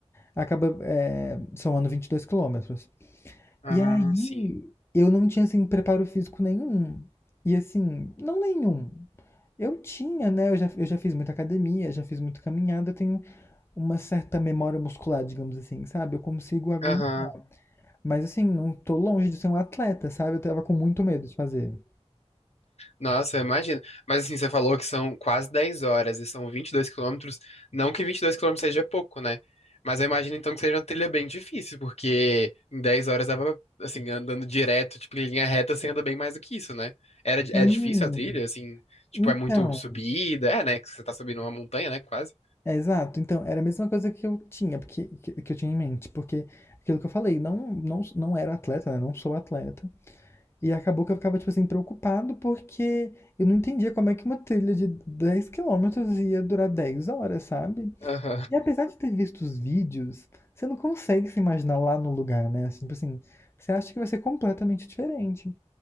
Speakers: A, on the left; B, on the left.
A: Acaba, é, somando 22 quilômetros.
B: Ah,
A: E aí,
B: sim.
A: eu não tinha, assim, preparo físico nenhum. E assim, não nenhum. Eu tinha, né? Eu já, eu já fiz muita academia, já fiz muita caminhada, eu tenho uma certa memória muscular, digamos assim, sabe? Eu consigo aguentar.
B: Aham.
A: Mas assim, não tô longe de ser um atleta, sabe? Eu tava com muito medo de fazer.
B: Nossa, eu imagino. Mas assim, você falou que são quase 10 horas e são 22 quilômetros. Não que 22 quilômetros seja pouco, né? Mas eu imagino então que seja uma trilha bem difícil, porque em 10 horas dava, assim, andando direto, tipo, em linha reta, você anda bem mais do que isso, né? Era,
A: Hum,
B: é difícil a trilha, assim, tipo,
A: então.
B: é muito subida, é, né? Que você tá subindo uma montanha, né? Quase.
A: É, exato. Então, era a mesma coisa que eu tinha, porque que, que eu tinha em mente, porque aquilo que eu falei, não, não, não era atleta, né? Não sou atleta. E acabou que eu ficava, tipo assim, preocupado porque eu não entendia como é que uma trilha de 10 quilômetros ia durar 10 horas, sabe?
B: Aham,
A: E apesar de ter visto os vídeos, você não consegue se imaginar lá no lugar, né? Assim, tipo assim, você acha que vai ser completamente diferente.